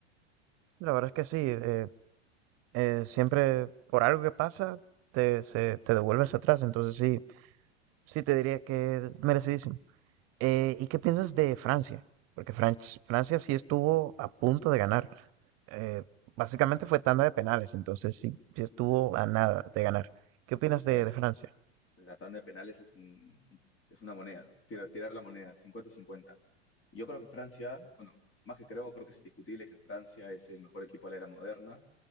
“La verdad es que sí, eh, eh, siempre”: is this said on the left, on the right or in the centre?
Right